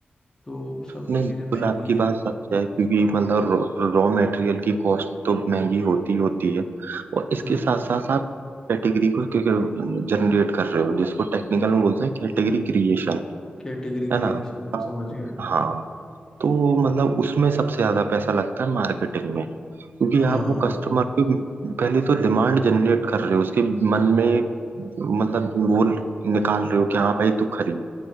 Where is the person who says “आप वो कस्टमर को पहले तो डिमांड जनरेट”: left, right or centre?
Right